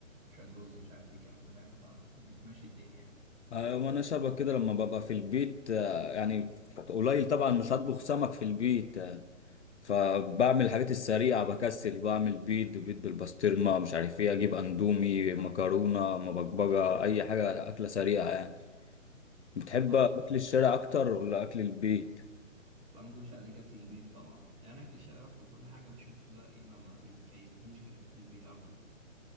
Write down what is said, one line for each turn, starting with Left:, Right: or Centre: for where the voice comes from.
Right: شويه رز مش عارف ايه الكلام ده فاهم فبتمشي الدنيا يعني
Left: ايوه ما انا شبه كده لما ببقى في البيت آه، يعني قليل طبعا مش هطبخ سمك في البيت فبعمل الحاجات السريعة بكسل بعمل بيض بيض بالبسطرمة مش عارف ايه اجيب اندومي مكرونة مبكبجة اي حاجة اكلة سريعة يعني بتحب
Right: فاهم
Left: اكل الشارع اكتر ولا اكل البيت
Right: بقى ما اكدبش عليك اكل البيت طبعا يعني اكل الشارع باكله كل حاجه بس شفته ده ايه ما ما بيكيفنيش غير اكل البيت على طول